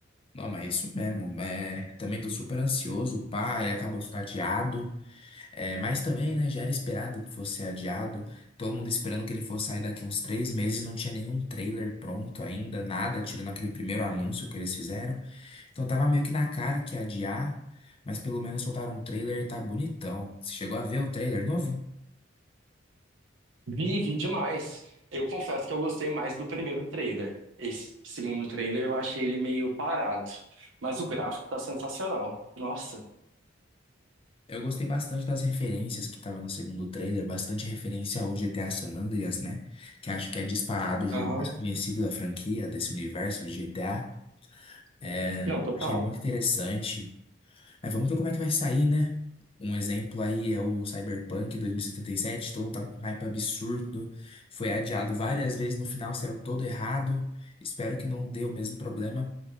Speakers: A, on the left (about 30°); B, on the right (about 80°).
A: Não, mas é isso mesmo. É, também tô super ansioso, O pai acabou sendo adiado. É, mas também, né, já era esperado que fosse adiado. Todo mundo esperando que ele fosse sair daqui uns três meses, não tinha nenhum trailer pronto ainda, nada, tirando aquele primeiro anúncio que eles fizeram. Então tava meio que na cara que ia adiar, mas pelo menos soltaram um trailer e tá bonitão. Você chegou a ver o trailer novo?
B: Vive demais. Eu confesso que eu gostei mais do primeiro trailer. Esse segundo trailer eu achei ele meio parado. Mas o gráfico tá sensacional. Nossa.
A: Eu gostei bastante das referências que tava no segundo trailer, bastante referência ao GTA San Andreas, né? Que acho que é disparado o jogo
B: Aham.
A: mais conhecido da franquia, desse universo de GTA. É,
B: Não, total.
A: achei muito interessante. Mas vamos ver como é que vai sair, né? Um exemplo aí é o Cyberpunk 2077, todo mundo tava com hype absurdo, foi adiado várias vezes, no final saiu todo errado. Espero que não dê o mesmo problema